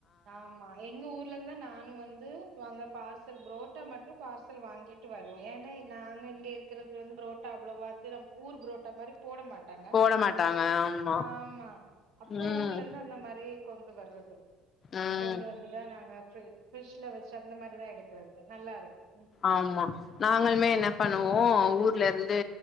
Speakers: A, on the right (about 75°); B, on the left (about 35°).
A: ஆமா எங்க ஊர்லந்து நானு வந்து வாங்க பார்சல் புரோட்டா மட்டு பார்சல் வாங்கிட்டு வருவோ ஏனா நாங்க இங்க இருக்குறது வந்து பரோட்டா அவ்ளவாத்து நம் ஊர் புரோட்டா மாரி போட மாட்டாங்க
B: போட மாட்டாங்க ஆமா
A: ஆமா அப்ப
B: ம்
A: ஊர்லந்து அந்த மாரி கொண்டு வர்றது
B: ம்
A: கொண்டு வந்துதா நாங்க அப்றே ஃபிஷ்ல வச்சு அந்த மாரிதா எடுக்கிறதுக்கு நல்லாருக்கு
B: ஆமா நாங்களுமே என்ன பண்ணுவோ ஊர்லருந்து